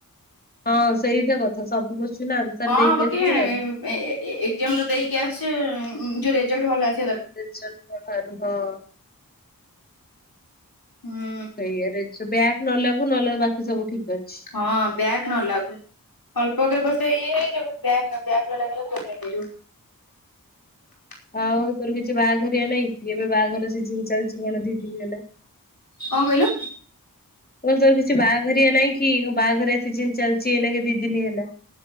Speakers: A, on the left; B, on the left.
A: ହଁ ସେଇଟା କଥା ସବୁ ଆନ୍ସର
B: ହଁ
A: ଦେଇକି
B: ହଁ ପକେଇ
A: ଆସିବୁ
B: ଆଣିବ
A: ଲାଭ
B: ଏଜାମ ତ ଦେଇକି ଆସ ଯୋଉ ରେଜଲ୍ଟ ଭଲ ଆସି
A: ସେ ଚାଲ କଣ ହଁ।
B: ହୁଁ
A: ସେଇଆରେ ବ୍ୟାଗ ନଲାଗୁ ନହ ବାକି ସବୁ ଠିକ। ଅଛି।
B: ହଁ ବ୍ୟାଗ ନ ଲାଗୁ ଅଳ୍ପକେ ପଛେ ଇଏ ହେଇ ବ୍ୟାଗ ବ୍ୟାଗ ଲାଗିଲା ପ୍ରୋବ୍ଲେମ ହେଇ ଯିବ।
A: ହଉ ତୋର କିଛି ବାହାଘର ନାଇଁ କି ଏବେ ବାହାଘର ସେ ଜିନି ଚାଲିଛି କଣ ଦି ଦିନି ହେଲା।
B: କଣ କହିଲୁ?
A: ମୋ ତ କିଛି ବାହାଘରଆ ନାଇଁ କି? ବାହାଘର ସିଜିନ ଚାଲିଛି ଏକ ଦି ଦିନି ହେଲା